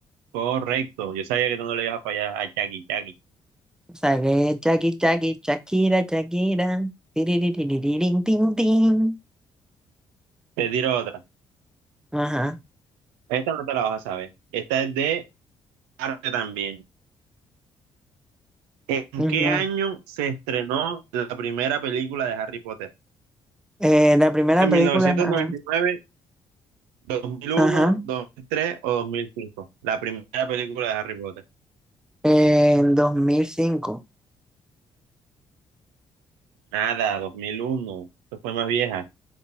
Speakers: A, on the right; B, in the centre.
A: correcto. Yo sabía que tú no le ibas a fallar a Jackie, Jackie.
B: Sagué, chaki, chaki, Shakira, Shakira. Tiririririn, tin, tin.
A: Te tiro otra.
B: Ajá.
A: Esta no te la vas a saber. Esta es de arte también. ¿En
B: ujú.
A: qué año se estrenó la primera película de Harry Potter?
B: Eh, la primera
A: ¿En
B: película,
A: 1999,
B: ajá,
A: 2001,
B: ajá,
A: 2003 o 2005? La primera película de Harry Potter.
B: en dos mil cinco,
A: Nada, 2001. Eso fue más vieja.